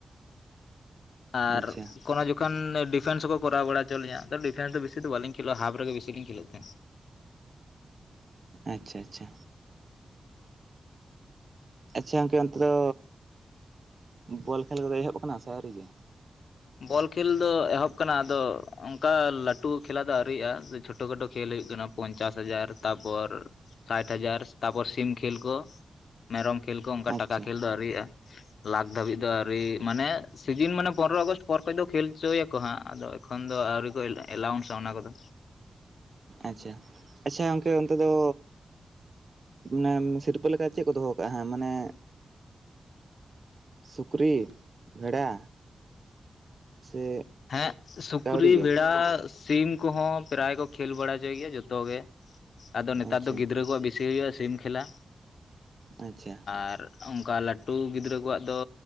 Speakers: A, on the left (about 75°); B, on the right (about 50°).
A: ᱟᱨ
B: ᱟᱪᱪᱷᱟ
A: ᱠᱳᱱᱚ ᱡᱚ ᱠᱷᱚᱱ ᱰᱤᱯᱷᱮᱱᱥ ᱦᱚᱸᱠᱚ ᱠᱚᱨᱟᱣ ᱵᱟᱲᱟ ᱦᱚᱪᱚ ᱞᱤᱧᱟ ᱟᱫᱚ ᱰᱤᱯᱷᱮᱱᱥ ᱫᱚ ᱵᱮᱥᱤ ᱫᱚ ᱵᱟᱹᱞᱤᱧ ᱠᱷᱮᱞᱳᱜ ᱦᱟᱯ ᱨᱮᱜᱮ ᱵᱮᱥᱤ ᱞᱤᱧ ᱠᱷᱮᱞᱳᱜ ᱛᱟᱦᱮᱫ᱾
B: ᱟᱪᱪᱷᱟ ᱟᱪᱪᱷᱟ᱾ ᱟᱪᱪᱷᱟ ᱜᱚᱝᱠᱮ ᱚᱱᱛᱮ ᱫᱚ ᱵᱚᱞ ᱠᱷᱮᱞ ᱠᱚᱫᱚ ᱮᱦᱚᱵ ᱟᱠᱟᱱᱟ ᱥᱮ ᱟᱹᱣᱨᱤ ᱜᱮ?
A: ᱵᱚᱞ ᱠᱷᱮᱞ ᱫᱚ ᱮᱦᱚᱵ ᱠᱟᱱᱟ ᱟᱫᱚ ᱚᱱᱠᱟ ᱞᱟᱹᱴᱩ ᱠᱷᱮᱞᱟ ᱫᱚ ᱟᱹᱣᱨᱤᱭᱼᱟ ᱪᱷᱳᱴᱳ ᱠᱷᱟᱴᱳ ᱠᱷᱮᱞ ᱦᱩᱭᱩᱜ ᱠᱟᱱᱟ᱾ ᱯᱚᱧᱪᱟᱥ ᱦᱟᱡᱟᱨ ᱛᱟᱨᱯᱚᱨ ᱥᱟᱴᱷ ᱦᱟᱡᱟᱨ ᱛᱟᱨᱯᱚᱨ ᱥᱤᱢ ᱠᱷᱮᱞ ᱠᱚ ᱢᱮᱨᱚᱢ ᱠᱷᱮᱞ ᱠᱚ ᱚᱱᱠᱟ
B: ᱟᱪᱪᱷᱟ
A: ᱴᱟᱠᱟ ᱠᱷᱮᱞ ᱫᱚ ᱤᱭᱼᱟ ᱞᱟᱠᱷ ᱫᱷᱟᱹᱵᱤᱡ ᱫᱚ ᱟᱹᱣᱨᱤ ᱢᱟᱱᱮ ᱥᱤᱡᱤᱱ ᱢᱟᱱᱮ ᱯᱚᱱᱨᱚ ᱟᱜᱚᱥᱴ ᱯᱚᱨ ᱠᱷᱚᱡ ᱫᱚ ᱠᱷᱮᱞ ᱦᱚᱪᱚᱭᱟᱠᱚ ᱦᱟᱸᱜ ᱟᱫᱚ ᱮᱠᱷᱚᱱ ᱫᱚ ᱟᱹᱣᱨᱤ ᱠᱚ ᱮᱞᱟᱣᱩᱱᱥᱟ ᱚᱱᱟ ᱠᱚᱫᱚ
B: ᱟᱪᱪᱷᱟ ᱟᱪᱪᱷᱟ ᱜᱚᱝᱠᱮ ᱚᱱᱛᱮ ᱫᱚ ᱚᱱᱟ ᱥᱤᱨᱯᱟᱹ ᱞᱮᱠᱟ ᱪᱮᱜ ᱠᱚ ᱫᱚᱦᱚ ᱠᱟᱜᱼᱟ ᱢᱟᱱᱮ ᱥᱩᱠᱨᱤ, ᱵᱷᱮᱲᱟ ᱥᱮ
A: ᱦᱮᱸ ᱥᱩᱠᱨᱤ,
B: ᱠᱟᱹᱣᱰᱤ ᱜᱮ?
A: ᱵᱷᱮᱲᱟ, ᱥᱤᱢ ᱠᱚᱦᱚᱸ ᱯᱨᱮᱨᱟᱭ ᱠᱚ ᱠᱷᱮᱞ ᱵᱟᱲᱟ ᱦᱚᱪᱚᱭ ᱜᱮᱭᱟ ᱡᱚᱛᱚ ᱜᱮ᱾ ᱟᱫᱚ ᱱᱮᱛᱟᱨ
B: ᱟᱪᱪᱷᱟ
A: ᱫᱚ ᱜᱤᱫᱽᱨᱟᱹ ᱠᱚᱣᱟᱜ ᱵᱮᱥᱤ ᱦᱳᱭᱳᱜ-ᱟ ᱥᱤᱢ ᱠᱷᱮᱞᱟ᱾
B: ᱟᱪᱪᱷᱟ᱾
A: ᱟᱨ ᱚᱱᱠᱟ ᱞᱟᱹᱴᱩ ᱜᱤᱫᱽᱨᱟᱹ ᱠᱚᱣᱟᱜ ᱫᱚ